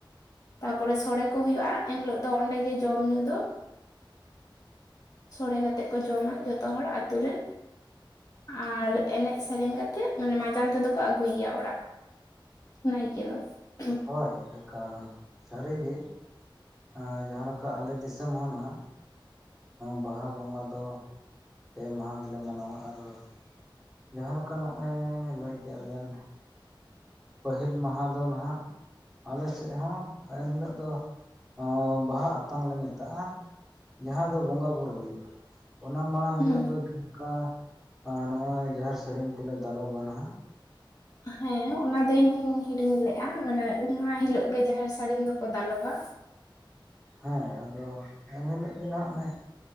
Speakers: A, on the left; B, in the centre.
A: ᱛᱟᱨ ᱯᱚᱨᱮ ᱥᱚᱲᱮ ᱠᱚ ᱦᱩᱭᱩᱜᱼᱟ ᱮᱱ ᱦᱤᱞᱚᱜ ᱫᱚ ᱚᱸᱰᱮ ᱜᱮ ᱡᱚᱢ-ᱧᱩ ᱫᱚ᱾ ᱥᱚᱲᱮ ᱠᱟᱛᱮᱫ ᱠᱚ ᱡᱚᱢᱟ ᱡᱚᱛᱚ ᱦᱚᱲ ᱟᱛᱳ ᱨᱮᱱ᱾ ᱟᱨ ᱮᱱᱮᱡ ᱥᱮᱨᱮᱧ ᱠᱟᱛᱮᱜ ᱢᱟᱱᱮ ᱢᱟᱡᱟᱱ ᱛᱮᱫᱚ ᱠᱚ ᱟᱹᱜᱩᱭᱮᱭᱟ ᱚᱲᱟᱜ ᱾ ᱱᱟᱭᱠᱮ ᱫᱚ ᱾
B: ᱦᱚᱭ ᱮᱠᱟᱞ ᱥᱟᱹᱨᱤᱜᱮ ᱾ ᱟᱹᱻ ᱡᱟᱦᱟᱸ ᱞᱮᱠᱟ ᱟᱞᱮ ᱫᱤᱥᱚᱢ ᱦᱚᱸ ᱱᱟᱦᱟᱜ ᱵᱟᱦᱟ ᱵᱚᱸᱜᱟ ᱫᱚ᱾ ᱯᱮ ᱢᱟᱦᱟ ᱜᱮᱞᱮ ᱢᱟᱱᱟᱣᱟ ᱟᱫᱚ ᱡᱟᱦᱟᱸ ᱞᱮᱠᱟ ᱱᱚᱜᱼᱚᱭ ᱞᱟᱹᱭ ᱠᱮᱜᱼᱟ ᱵᱤᱱ ᱯᱟᱹᱦᱤᱞ ᱢᱟᱦᱟ ᱫᱚ ᱱᱷᱟᱜ ᱟᱞᱮ ᱥᱮᱫ ᱦᱚᱸ ᱮᱱ ᱦᱤᱞᱚᱜ ᱫᱚ ᱚᱸᱻ ᱵᱟᱦᱟ ᱟᱛᱟᱝ ᱞᱮ ᱢᱮᱛᱟᱜᱼᱟ᱾ ᱡᱟᱦᱟᱸ ᱫᱚ ᱵᱚᱸᱜᱟ ᱵᱩᱨᱩ ᱦᱩᱭᱩᱜᱼᱟ ᱚᱱᱟ ᱢᱟᱲᱟᱝ
A: ᱦᱩᱸ
B: ᱦᱤᱞᱚᱜ ᱫᱚ ᱡᱟᱦᱟᱸ ᱞᱮᱠᱟ ᱱᱚᱜᱼᱚᱭ ᱡᱟᱦᱮᱨ ᱥᱟᱹᱲᱤᱢ ᱠᱚᱞᱮ ᱫᱟᱞᱚᱵᱟ ᱱᱷᱟᱜᱟᱸᱜ
A: ᱦᱮᱸ ᱚᱱᱟ ᱫᱚ ᱤᱧ ᱦᱚᱧ ᱦᱤᱲᱤᱧ ᱞᱮᱫᱼᱟ ᱢᱟᱱᱮ ᱩᱢ ᱢᱟᱦᱟ ᱦᱤᱞᱚᱜ ᱜᱮ ᱡᱟᱦᱮᱨ ᱥᱟᱹᱲᱤᱢ ᱫᱚ ᱠᱚ ᱫᱟᱞᱚᱜᱼᱟ᱾
B: ᱦᱮᱸ ᱟᱫᱚ ᱮᱱᱦᱤᱞᱚᱜ ᱜᱮ ᱦᱟᱜ ᱚᱱᱮ